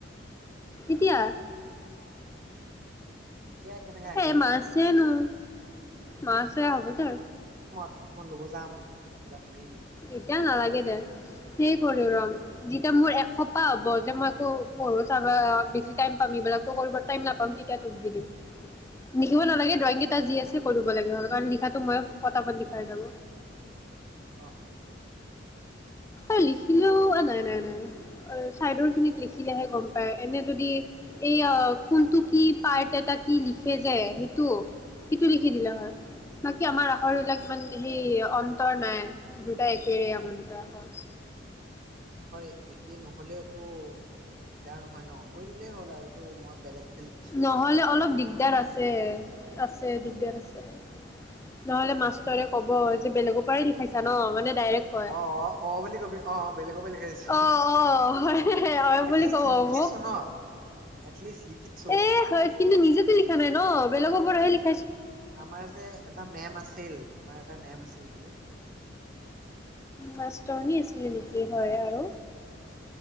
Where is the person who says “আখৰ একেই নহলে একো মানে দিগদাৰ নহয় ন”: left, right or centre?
Right